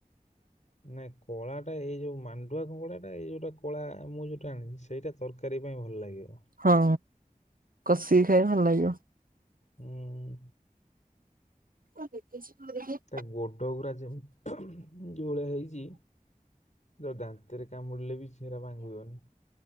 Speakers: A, on the left; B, on the right.
A: ନାଇଁ କଳାଟା ଏଇ ଯୋଉ ମାଣ୍ଡୁଆ କଙ୍ଗଡା ଟା ଏଇ ଯୋଉଟା କଳା ମୁଁ ଯୋଉଟା ଆଣିଛି ସେଇଟା ତରକାରୀ ପାଇଁ ଭଲ ଲାଗିବ।
B: ହଁ କଷିକି ଖାଇବ ଭଲ ଲାଗିବ।
A: ଉଁ ହୁଁ।
B: <unintelligible>
A: ତା ଗୋଡ଼ ଗୁଡ଼ା ଯେମ ଉହୁଁ ଯୋଉଭଳିଆ ହେଇଛି ତ ଦାନ୍ତରେ କାମୁଡିଲେ ବି ସେରା ଭାଙ୍ଗିବନି।